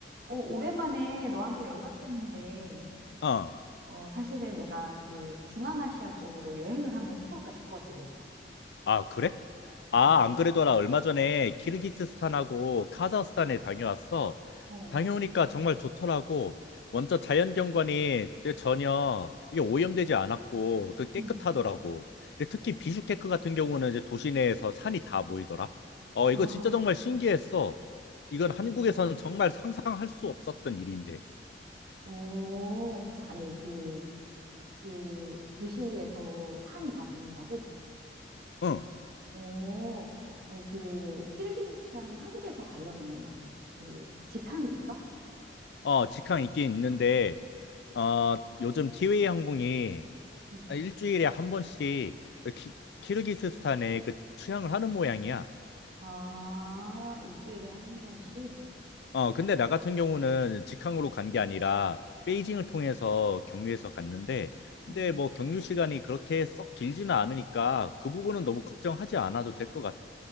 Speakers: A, on the right (about 55°); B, on the left (about 65°).
A: 어, 오랜만에 너한테 연락했는데,
B: 어.
A: 어, 사실은 내가 그 중앙아시아 쪽으로 여행을 한번 해볼까 싶거든.
B: 아, 그래? 아,
A: 어,
B: 안 그래도 나 얼마 전에 키르기스스탄하고 카자흐스탄에 다녀왔어.
A: 어,
B: 다녀오니까 정말 좋더라고. 먼저 자연경관이 전혀 이게 오염되지 않았고 그 깨끗하더라고.
A: 응,
B: 근데 특히
A: 어,
B: 비슈케크 같은 경우는 이제 도시 내에서 산이 다 보이더라. 어,
A: 아,
B: 이거 진짜 정말 신기했어. 이건 한국에서는
A: 어,
B: 정말 상상할 수 없었던 일인데.
A: 어. 아니, 그, 그 도시에서 산이 다 보인다고?
B: 응.
A: 어, 아니, 그, 키르기즈스탄 한국에서 가려면 그 직항이 있어?
B: 어, 직항 있긴 있는데 어, 요즘 티웨이 항공이
A: 응.
B: 아, 일주일에 한 번씩 그 키, 키르기스스탄에 그 취항을 하는 모양이야.
A: 아, 일주일에 한 번씩?
B: 어, 근데 나 같은 경우는 직항으로 간 게 아니라 베이징을 통해서 경유해서 갔는데, 근데
A: 응,
B: 뭐 경유 시간이 그렇게 썩 길지는 않으니까 그 부분은 너무 걱정하지 않아도 될 것 같아.